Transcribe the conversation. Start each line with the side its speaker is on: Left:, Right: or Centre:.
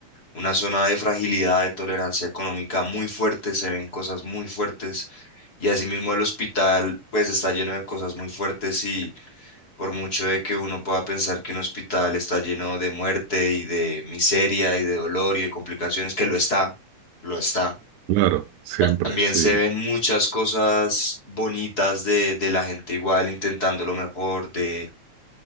Left: una zona de fragilidad, de tolerancia económica muy fuerte, se ven cosas muy fuertes y asimismo el hospital pues está lleno de cosas muy fuertes y por mucho de que uno pueda pensar que un hospital está lleno de muerte y de miseria y de dolor y de complicaciones, que lo está, lo está
Right: claro, siempre,
Left: también
Right: sí.
Left: se ven muchas cosas bonitas de, de la gente igual intentando lo mejor, de